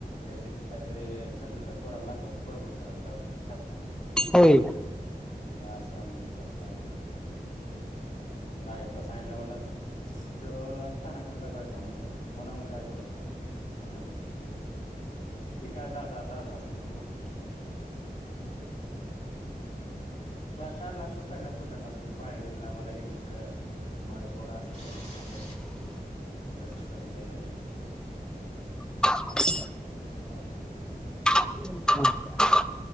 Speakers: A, on the left; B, in the centre.
A: एक दिवशी काहीतरी चंदूच्या पोराला लागला होता बडबड अकराला दारू पिऊन शांत नाही
B: होय
A: मी असन मी तसन नाही तुला सांगितलं म्हणल ना दोन कानाखाली लगवायचं म्हटलं कोणा काय बोलत नाही म्हटलं. ती काय दादा दादा म्हण कळल असं पहिला, कुठ ना तुम्ही पाणी देईल ना मला हिरीचं माझा बोर अस चलतय तस चलतय
B: ह
A: म्हणलं असल
B: ह् हम